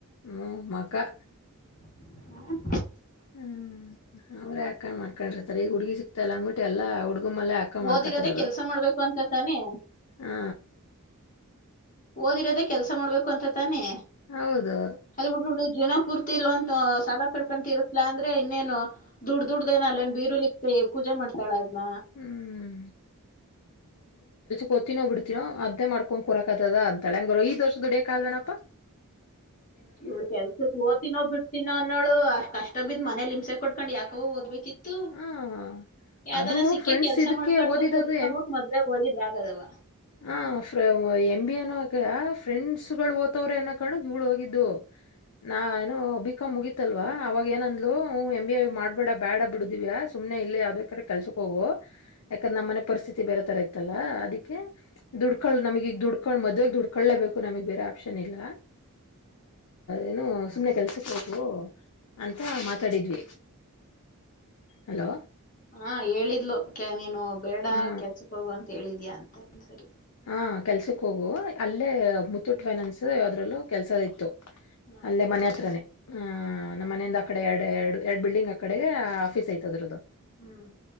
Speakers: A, on the left; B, on the left.
A: ಹ್ಮ್ ಮಕಾ.
B: <inaudible>
A: ಹ್ಮ್ ಅವ್ರೆ ಹಾಕಣ್ ಮಾಡ್ ಕರ್ತಾರೆ ಈ ಹುಡುಗಿ ಸಿಗ್ತಯಿಲ್ಲ ಅಂದ್ ಬಿಟ್ಟು ಎಲ್ಲ ಹು ಮ್ಮಲ್ಲೆ ಹಾಕೊಂಡ ಮಾಡ್ಕತಿರದು
B: ಓದಿರೋದೇ ಕೆಲ್ಸ ಮಾಡ್ಬೇಕು ಅಂತ ತಾನೇ
A: ಹ್ಮ.
B: ಓದಿರೋದೇ ಕೆಲ್ಸ ಮಾಡ್ಬೇಕು ಅಂತ ತಾನೆ.
A: ಹೌದು
B: ಅದ ಬಿಟ್ಬಿಟ್ಟು ಜೀವ್ನ ಪೂರ್ತಿ ಇಲ್ವಂತ ಸಾಲ ಕಡ್ಕೊಂತ ತೀರುಸ್ಲಾ ಅಂದ್ರ ಇನ್ನೇನು ದುಡ್ ದುಡ್ದೇನು ಅಲ್ಲೇನ್ ಬೀರುಲಿ ಇಟ್ಟಿ ಪೂಜೆ ಮಾಡ್ತಾಳ ಅದ್ನ.
A: ಹ್ಮ್ ಕೊತಿನೋ ಬಿಡ್ತಿನೋ ಅದ್ನೇ ಮಾಡ್ಕೊಂಡ್ ಕುರಕ್ಕಾಯ್ತದ ಅಂತಾಳೆ ಹಂಗಾರೆ ಐದು ವರ್ಷ ದುಡಿಯಕಾಗಲ್ವೇನಪ್ಪಾ.
B: ಇವ್ಳು ಕೆಲ್ಸಕ್ ಹೋತೀನೋ ಬಿಡ್ತೀನೋ ಅನ್ನೋಳು ಅಷ್ಟ್ ಕಷ್ಟ ಬಿದ್ ಮನೇಲಿ ಹಿಂಸೆ ಕೊಡ್ಕೊಂಡ್ ಯಾಕ್ ಕವ್ ಓದ್ಬೇಕಿತ್ತ್ ತ್ತು
A: ಹ್ಮ್
B: ಯಾವ್ದನ
A: ಅದು
B: ಸಿಕ್ಕಿದ್
A: ಫ್ರೆಂಡ್ಸ್
B: ಕೆಲ್ಸ
A: ಇದಕ್ಕೆ
B: ಮಾಡ್ಕೊಂಡು
A: ಓದಿದದು
B: ಕೂಡಿಕಬಿಟ್ಟು ಮದ್ವೆೇ ಹೋಗಿದ್ರೆ ಆಗದವ.
A: ಹ ಎಂ ಬಿ ಎ ಅನೋ ಅಕಯ ಫ್ರೆಂಡ್ಸ್ ಗಳು ಓತವ್ರೆ ಅನ ಕಾರಣಕ್ ಇವ್ಳು ಹೋಗಿದ್ದು. ನಾ ಏನೋ ಬಿಕಾಂ ಮುಗಿ ತ್ತಲ್ವ ಅವಾಗ ಏನಂದ್ಲು ಹುಂ ಎಮ್ ಬಿ ಎ ಮಾಡ್ಬೇಡ ಬ್ಯಾಡ ಬಿಡು ದಿವ್ಯಾ ಸುಮ್ನೆ ಇಲ್ಲಿ ಯಾವ್ದ ಯಕ್ರೆ ಕೆಲ್ಸಕ್ ಹೋಗು ಯಾಕಂದ್ರೆ ನಮ್ಮನೆ ಪರಿಸ್ಥಿತಿ ಬೇರೆ ತರ ಇತ್ತಲ್ಲಾ ಅದಕ್ಕೆ ದುಡ್ಕೊಳ್ಳು ನಮಗೀಗ್ ದುಡ್ಕಂಡ್ ಮದ್ವೆೆಗೆ ದುಡ್ಕೊಳ್ಳಲೇಬೇಕು ನಮಗ್ ಬೇರೆ ಆಪ್ಷನ್ ಇಲ್ಲ ಏನು ಸುಮ್ನೆ ಕೆಲ್ಸಕ್ಕೆ ಹೋಗು ಅಂತ ಮಾತಾಡಿದ್ವಿ ಹಲೋ
B: ಹಾ ಹೇಳಿದ್ಲು ಕೆ ನೀನು ಬೇಡ
A: ಹಾ
B: ಕೆಲ್ಸಕ್ ಹೋಗುವ ಅಂತ ಹೇಳಿದ ಇದಾ ಅಂತ ಸರಿ
A: ಹ ಕೆಲ್ಸಕ್ ಹೋಗು ಅಲ್ಲೇ ಮುತ್ತೂಟ್ ಫೈನಾನ್ಸ್ ಯದ್ರಲ್ಲೂ ಕೆಲ್ಸ ಇತ್ತು
B: ಹ್ಮ್
A: ಅಲ್ಲೇ ಮನೆ ಹತ್ರನೇ ಹ ನಮ್ಮ್ ಮನೆಯಿಂದ ಆ ಕಡೆ ಎರಡು ಎರಡು ಎರಡು ಬಿಲ್ಡಿಂಗ್ ಆ ಕಡೆಗೆ ಆಫೀಸ್ ಐತದ್ರದು
B: ಹ್ಮ್